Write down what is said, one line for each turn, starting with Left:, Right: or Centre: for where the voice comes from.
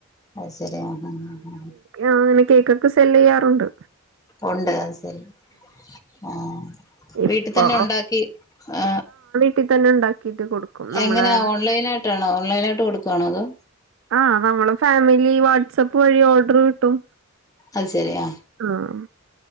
Left: അഹ് ശരി ആഹ് അഹ്
Right: ആ അങ്ങനെ കേക്കൊക്കെ സെല്ല് യ്യാറുണ്ട്
Left: ഉണ്ട് അഹ്സെരി ആ
Right: ഇപ്പൊ
Left: വീട്ടി തന്നെ ഉ ണ്ടാക്കി ആ
Right: ട്ടി തന്നെ ണ്ടാക്കിയിട്ട് കൊടുക്കും നമ്മളെ
Left: എങ്ങനെ ഓൺലൈൻ ആയിട്ടാണോ ഓൺലൈനായിട്ട് കൊടുക്കാണോ അതോ
Right: ആഹ് നമ്മള് ഫാമിലി വാട്സപ്പ് വഴി ഓർഡർ കിട്ടും
Left: അഹ് ശരി ആ
Right: ആഹ്